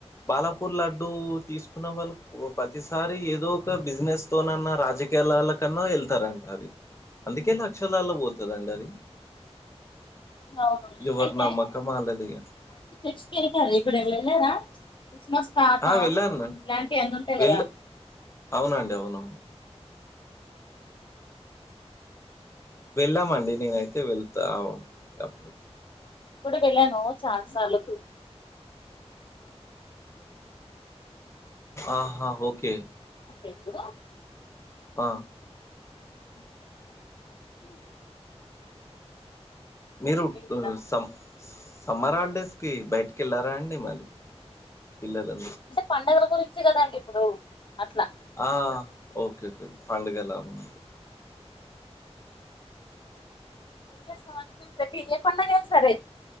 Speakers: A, on the left (about 25°); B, on the left (about 45°).
A: బాలాపూర్ లడ్డు తీసుకున్న వాళ్ళ ఓ ప్రతిసారి ఏదో ఒక బిజినెస్ తోనన్న రాజ కీయాలల్లో కన్నా వెళ్తారంట అది అందుకే లక్షలాల్లో పోతాదండి అది
B: అవునవును
A: ఎవరి
B: అయితే
A: నమ్మకం
B: క్రిస్మస్
A: ఆళ్ళది అట్లా.
B: కి చర్చికి వెళ్తారు ఇప్పుడ ఎవరు వెళ్ళారా క్రిస్మస్ తాత
A: ఆ వెళ్ళను
B: ఇలాంటివి అన్ని ఉంటాయి
A: వెళ్లే
B: కదా
A: అవునండి అవును వెళ్ళామండి నేనయితే వెళ్తా అప్పుడప్పుడు
B: గుడికి వెళ్ళాను చాలా సార్లు
A: ఆహా ఓకే
B: ఎగ్గు
A: బా
B: అంటే గా మంచిగుంటది
A: మీరు టు
B: కూడా
A: సమ్స్ సమ్మర్ హాలిడేస్ కి బయటికి వెళ్లారా అండి మరి పిల్లలు
B: అంటే పండగల గురించే కాదండి ఇప్పుడు అట్లా
A: ఆ ఓకే ఓకేే పండగల ఉమ్
B: ప్రతి సంవత్సరం ప్రతి ఎ పండగ అయిన సరే